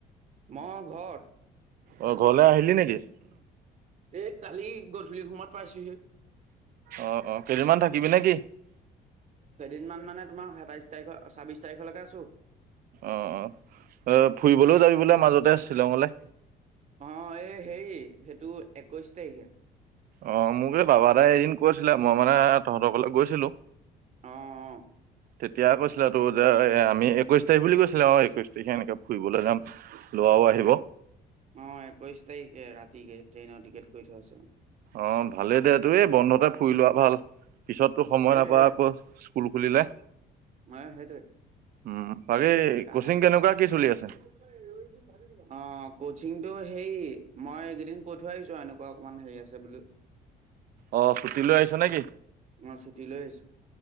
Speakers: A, on the right; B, on the right.
A: মই, ঘৰত।
B: অ, ঘৰলে আহিলি নেকি?
A: এই, কালি গধূলি সময়ত পাইছোহি।
B: অ', অ', কেইদিনমান থাকিবি নে কি?
A: কেইদিনমান মানে তোমাৰ সাতাইছ তাৰিখৰ, ছাব্বিছ তাৰিখলেকে আছো।
B: অ', অ', এ, ফুৰিবলেও যাবি বোলে মাজতে শ্বিলঙলে?
A: অ, এ হেৰি সেইটো একৈছ তাৰিখে।
B: অ, মোক এই বাবা দাই এদিন কৈছিলে মই মানে তহঁতৰ ঘৰলে গৈছিলো।
A: অঁ অ'।
B: তেতিয়া কৈছিলে তো যে আমি একৈশ তাৰিখ বুলি কৈছিলে অ, একৈশ তাৰিখে এনেকে ফুৰিবলৈ যাম। লৱাও আহিব।
A: অ, একৈশ তাৰিখে ৰাতিকে ট্ৰেইনৰ টিকেট কৰি থোৱা আছে।
B: অ, ভালেই দে তো এই বন্ধতে ফুৰি লোৱা ভাল। পিছততো সময়
A: সেইটোৱে
B: নাপায়
A: সেইটোৱে
B: আকৌ স্কুল খুলিলে।
A: মই সেইটোৱে
B: উম, বাকী
A: সেইকাৰণে
B: কোচিং কেনেকুৱা কি চলি আছে?
A: <inaudible> অ, কচিংটো হেৰি মই এইকেইদিন কৈ থৈ আহিছো আও এনেকুৱা অকমান হেৰি আছে বোলো।
B: অ, ছুটী লৈ আহিছ নে কি?
A: অঁ ছুটী লৈ আহিছোঁ।